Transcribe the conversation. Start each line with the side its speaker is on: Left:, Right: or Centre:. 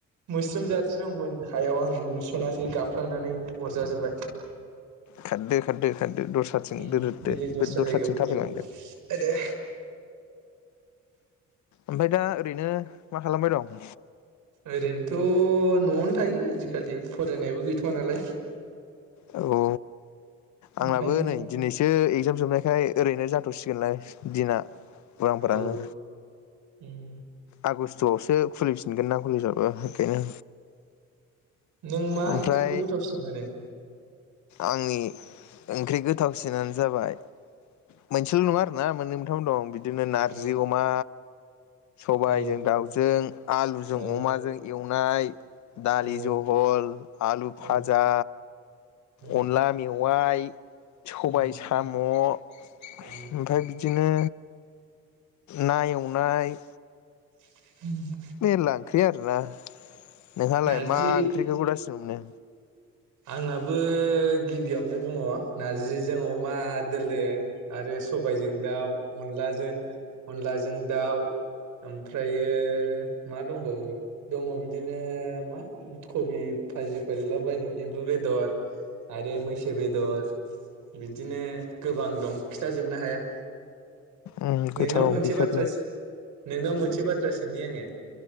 Right: मोस्रोम जाथि दंमोन हायाव आं नुस'नासै गाबफ्लांनानै अरजाजोबबाय
Left: खारदो खारदो खारदो दस्राथिं
Right: ओम
Left: दोरोददो
Right: बेलेग दस्रा
Left: दस्राथिं
Right: जायगायाव फैबाइ
Left: थाबायलांदो
Right: आइदै
Left: ओमफ्राय दा ओरैनो मा खालामबाय दं?
Right: ओरैनोथ' न'आवनो थायो आजिखालि फरायनायाबो गैथ'वा नालाय
Left: औ औ
Right: ओंखायनो
Left: आंनाबो नै दिनैसो एगजाम जोबनाय ओमफ्राय ओरैनो जाथ'सिगोनलाय दिना उरां फारांनो
Right: औ उम
Left: आगष्ट'आवसो खुलि फि फिनगोना कलेजाबो बेखायनो
Right: नों मा
Left: ओमफ्राय
Right: ओंख्रिखौ गोथावसिन मोनो?
Left: आंनि ओंख्रि गोथावसिनानो जाबाय मोनसेल' नङा आरोना मोननै मोनथाम दं बि दिनो नारजि
Right: औ
Left: अमा सबाइजों
Right: औ
Left: दाउजों आलुजों
Right: औ
Left: अमाजों एव नाय दालि
Right: औ
Left: जहल आलु भाजा
Right: औ उम
Left: अनला मेव वाइ सबाइ
Right: औ
Left: साम' ओमफ्राय
Right: औ
Left: बिदिनो ना एव नाय
Right: <inaudible>
Left: मेरला ओंख्रि आरोना नोंहालाय
Right: नारजि
Left: मा ओंख्रिखौ गोथावसिन मोनो?
Right: आंनाबो गिबियावनो दङ नारजिजों अमा दोलो। आरो सबाइजों दाउ अनलाजों अनलाजों दाउ ओमफ्रायो मा दंबावो दङ बिदिनो मा कबि भाजिफोर एवलाबायनाय। एम्बु बेदर आरो मैसो बेदर बिदिनो गोबां दं खिथाजोबनो हाया।
Left: उम
Right: नोंनाव
Left: गोथाव
Right: मोनसे
Left: बेफोरबो।
Right: बाथ्रा नोंनाव मोनसे बाथ्रा सोंनि आङो?